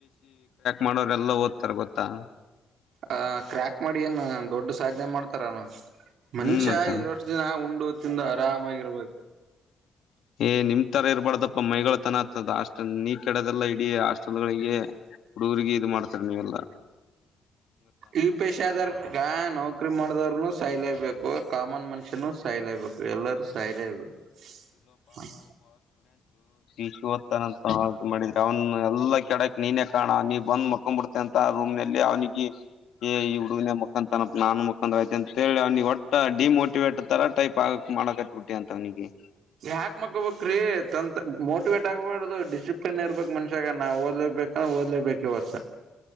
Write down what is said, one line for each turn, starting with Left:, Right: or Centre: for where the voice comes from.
Left: ಮಾಡೋರು, ಎಲ್ಲಾ ಓದ್ತಾರೆ ಗೊತ್ತಾ? <inaudible>
Right: ಆ, ಕ್ರ್ಯಾಕ್, ಮಾಡಿ, ಏನು, ದೊಡ್ಡ, ಸಾಧನೆ ಮಾಡ್ತಾರಾನು. <unintelligible> ಮನುಷ್ಯ,
Left: ಹ್ಮ್ ಮತ್ತ
Right: ಇರೋಸ್ಟುಧೀನ, ಉಂಡು ತಿಂದು ಆರಾಮಾಗಿರ್ಬೇಕು. <unintelligible>
Left: ಏ, ನಿಮ್ ತರ ಇರ್ಬಾರ್ದಪ್ಪ, ಮೈಗಳತನ ಆತದ, ಆಸ್ಟೆಲ್ ನೀ, ಕೆಡಧುಯಲ್ಧೆ! ಇಡೀ ಹಾಸ್ಟೆಲ್ ಗಳಿಗೆ. <inaudible> ಹುಡುಗರಿಗೆ, ಇದು, ಮಾಡ್ತಾರೆ, ನೀವೆಲ್ಲಾ! <inaudible>
Right: ಯುಪಿಎಸ್ಸಿ, ಆದರ್ ಈಗ, ನೌಕ್ರರಿ ಮಾಡದವ್ರನು ಸಾಯಲೈ, ಬೇಕು ಕಾಮನ್ ಮನುಷ್ಯನು. <unintelligible> ಸಾಯಲೇ, ಬೇಕು, ಎಲ್ಲರೂ, ಸಾಯಿಲೆ, ಬೇಕು, ಹಾ. <inaudible>
Left: ಇಷ್ಟು, ಓದ್ತಾನಂತ, ಅರ್ಗೀವ್, ಮಾಡಿದರೆ, ಅವನ್, ಎಲ್ಲಾ ಕೆಡಕ್ ನೀನೇ ಕಾಣ ನೀನು ಬಂದು, ಮಕ್ಕೋಬೀಡು, ಬಿಡ್ತಯ ಅಂತ, ರೂಮ್. <inaudible> ಒಟ್ಟಿನಲ್ಲಿ, ಅವನಿಗೆ? <inaudible> ಏ, ಈ ಹುಡುಗನ ಮುಖಾಂತನ ನಾನನ್ ಮುಖಾಂತ, ಐತೆ ಅಂತ ಹೇಳಿ ಅವ್ನಿಗೆ, ಒಟ್ಟ ಡಿಮೋಟಿವೇಟ್. <inaudible> ಒಣ್ಣುತರ, ಟೈಪ್, ಆಗಕ್, ಮಾಡಕಟ್, ಬಿಟಿ ಅಂತ್ನಿಗೆ. <inaudible>
Right: ಯಾಕ್, ಮಕ್ಳ, ಬಿಟ್ರಿ, ತಂದು, ಮೋಟಿವೇಟ್ ಆಗ್ಬಾರಡ್ದು, ಡಿಸಿ. <unintelligible> ಒಂಥುರನೇ, ಇರ್ಬೇಕ್, ಮನುಷ್ಯಾಗ ನಾವು ಓದ್ಬೇಕ, ಓದ್ಲೇಬೇಕು ಇವತ್ತು.